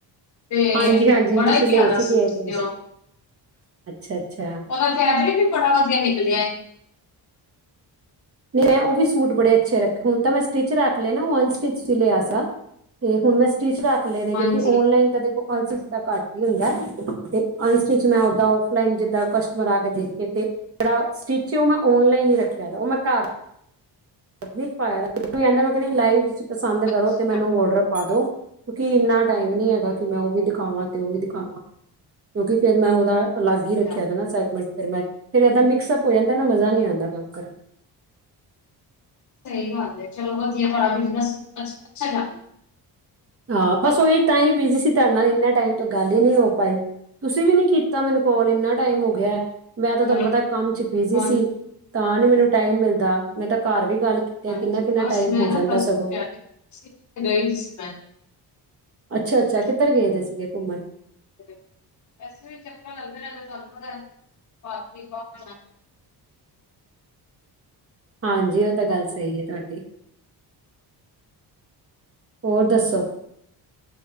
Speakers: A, on the left; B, on the right.
A: ਤੇ
B: ਹਾਂਜੀ-ਹਾਂਜੀ
A: ਬੜਾ
B: ਤੁਸੀਂ
A: ਹੀ ਪਿਆਰਾ
B: ਲੇ ਸੀਗੇ
A: ਸੂਟ
B: ਇਹ
A: ਸੀ
B: ਤੇ ਵੈਸੈ,
A: ਉਹ
B: ਅੱਛਾ-ਅੱਛਾ।
A: ਉਹਦਾ ਫੈਬਰਿਕ ਵੀ ਬੜਾ ਵਧੀਆ ਨਿਕਲਿਆ ਏ।
B: ਨਹੀਂ ਮੈਂ ਉਹ ਵੀ ਸੂਟ ਬੜੇ ਅੱਛੇ ਰੱਖੇ, ਹੁਣ ਤਾਂ ਮੈਂ ਸਟਿੱਚ ਰੱਖ ਲੇਂ ਨਾਂ, ਉਹ ਅਨਸਟਿਚ ਸੀ ਲਿਆ ਸਾਂ। ਤੇ ਹੁਣ ਮੈਂ ਸਟਿਚ ਰੱਖ ਲਏ ਦੇ
A: ਹਾਂਜੀ
B: ਕਿਉਂਕਿ ਔਨਲਾਈਨ ਤਾਂ ਦੇਖੋ ਅਨਸਟਿਚ ਦਾ ਘੱਟ ਈ ਹੁੰਦਾ ਤੇ ਅਨਸਟਿਚ ਮੈਂ ਓਦਾਂ ਔਫਲਾਈਨ ਜਿੱਦਾਂ ਕਸਟਮਰ ਆ ਕੇ ਦੇਖੇ ਤੇ ਜਿਹੜਾ ਸਟਿੱਚ ਐ ਉਹ ਮੈਂ ਔਨਲਾਈਨ ਈ ਰੱਖਿਆ ਦਾ, ਉਹ ਮੈਂ ਘਰ ਵੀਂ ਪਾਇਆ, ਕਹਿੰਦੀ ਮੈਂ ਕੀਂ ਲਾਈਵ ਤੁਸੀਂ ਪਸੰਦ
A: ਅੱਛਾ
B: ਕਰੋ ਤੇ ਮੈਨੂੰ ਔਡਰ ਪਾ ਦੋ। ਕਿਉਂਕਿ ਇੰਨਾ ਟਾਈਮ ਨੀਂ ਹੈਗਾ ਕਿ ਮੈਂ ਉਹ ਵੀ ਦਿਖਾਵਾਂ ਤੇ ਉਹ ਵੀ ਦਿਖਾਵਾਂ, ਕਿਉਂਕਿ ਫੇਰ ਮੈਂ ਉਹਦਾ ਅਲੱਗ
A: ਅੱਛਾ
B: ਈ ਰੱਖਿਆ ਨਾਂ ਸੈਗਮੈਂਟ ਫ਼ੇਰ ਮੈਂ, ਫ਼ੇਰ ਏਦਾਂ ਮਿਕਸ-ਅਪ ਹੋ ਜਾਂਦਾ ਨਾਂ ਮਜ਼ਾ ਨੀਂ ਆਂਦਾ ਕੰਮ ਕਰਨ
A: ਸਹੀ ਗੱਲ ਐ ਚਲੋ ਵਧੀਆ ਤੁਹਾਡਾ, ਅਛ-ਅਛ-ਅੱਛਾ ਕੰਮ ਐ।
B: ਹਾਂ ਬਸ ਉਹੀ ਤਾਂ ਈ ਬਿਜੀ ਸੀ ਤੁਹਾਡੇ ਨਾਲ ਇੰਨੇ ਟਾਈਮ ਤੋਂ ਗੱਲ ਈ ਨੀਂ ਹੋ ਪਾਈ। ਤੁਸੀਂ ਵੀ ਨੀਂ ਕੀਤਾ ਮੈਨੂੰ ਕਾਲ, ਇੰਨਾ ਟਾਈਮ ਹੋ ਗਿਐ। ਮੈਂ
A: ਰਿਹਾ
B: ਤਾਂ ਤੁਹਾਨੂੰ
A: ਨਹੀਂ
B: ਪਤਾ ਕੰਮ ਚ ਬਿਜ਼ੀ
A: ਹਾਂ
B: ਸੀ, ਤਾਂ ਨੀਂ ਮੈਨੂੰ ਟਾਈਮ ਮਿਲਦਾ, ਮੈਂ ਤਾਂ ਘਰ ਵੀ ਗੱਲ ਕੀਤੇ
A: ਹਾਂਜੀ
B: ਕਿੰਨਾ-ਕਿੰਨਾ
A: ਬਸ
B: ਟਾਈਮ
A: ਮੈਂ
B: ਹੋ
A: ਨਾ
B: ਜਾਂਦਾ
A: ਬਸ
B: ਸਗੋਂ।
A: ਤਿਆਰੀ <unintelligible>
B: ਅੱਛਾ-ਅੱਛਾ
A: ਹਾਂਜੀ
B: ਕਿੱਧਰ ਗਏ ਵੇ ਸੀਗੇ ਘੁੰਮਣ?
A: ਵੈਸੇ ਵੀ ਚੱਕਰ ਲੱਗਦੇ ਰਹਿੰਦੇ ਨੇ ਤੁਹਾਨੂੰ ਪਤਾ <unintelligible>
B: ਹਾਂਜੀ ਇਹ ਤਾਂ ਗੱਲ ਸਹੀ ਐ ਤੁਹਾਡੀ। ਹੋਰ ਦੱਸੋ?